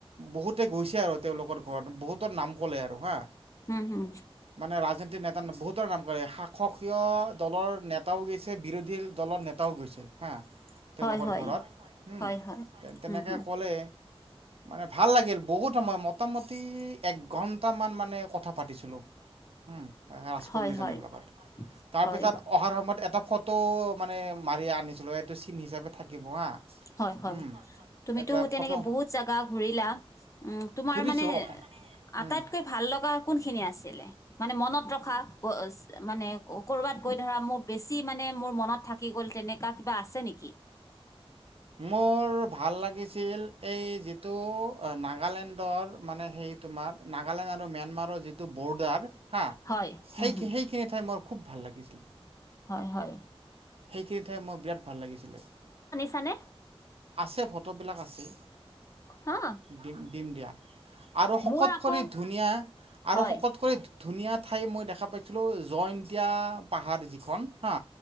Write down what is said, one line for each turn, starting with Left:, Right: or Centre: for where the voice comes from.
Right: বহুতে গৈছে আৰু তেওঁলোকৰ ঘৰত বহুতৰ নাম ক'লে আৰু হা।
Left: হুম হুম।
Right: মানে ৰাজনীতিৰ নেতা বহুতৰ কাম কৰে শাসক কীয় দলৰ নেতাও গেইছে বিৰোধীল দলৰ নেতাও গৈছে হা।
Left: হয়
Right: তেওঁলোকৰ
Left: হয়
Right: ঘৰত হম
Left: হয় হয়
Right: তেনেকে
Left: উম হম
Right: কলে। মানে ভাল লাগিল বহুত সময় মোটামুটি একঘন্টামান মানে কথা পাতিছিলোঁ। হুম, ৰাজকুমৰীজনীৰ
Left: হয় হয়
Right: লগত। তাৰপিছত
Left: হয়
Right: অহাৰ সময়ত এটা ফটো মানে মাৰি আনিছিলোঁ এইটো চিন হিচাপে থাকিব হা।
Left: হয় হয়,
Right: উম,
Left: তুমিতো
Right: এটা
Left: তেনেকে
Right: ফটো
Left: বহুত জাগা ঘুৰিলা। উম তোমাৰ
Right: ঘূৰিছোঁ
Left: মানে
Right: অক
Left: আটাইতকৈ
Right: উম,
Left: ভাল লগা কোনখিনি আছিলে মানে মনত ৰখা? <unintelligible> মানে কৰ'বাত কৈ ধৰা মোৰ বেছি মানে মোৰ মনত থাকি গ'ল তেনেক কা কিবা আছে নেকি?
Right: মোৰ ভাল লাগিছিল এই যিটো নাগালেণ্ডৰ মানে সেই তোমাৰ নাগালেণ্ড আৰু আৰু ম্যানমাৰৰ যিটো বৰ্ডাৰ হা
Left: হয়
Right: সেইখি
Left: উম হম
Right: - সেইখিনি ঠাই মোৰ খুব ভাল লাগিল।
Left: হয় হয়।
Right: সেইখিনি ঠাই মই বিৰাট ভাল লাগিছিলে।
Left: চানে?
Right: আছে ফটোবিলাক আছে।
Left: হা
Right: দিম, দিম দিয়া আৰু শকত
Left: মোৰ আকৌ
Right: কৰি ধুনীয়া আৰু
Left: হয়
Right: শকত কৰি ধুনীয়া ঠাই মই দেখা পাইছিলো জয়ন্তীয়া পাহাৰ যিখন হা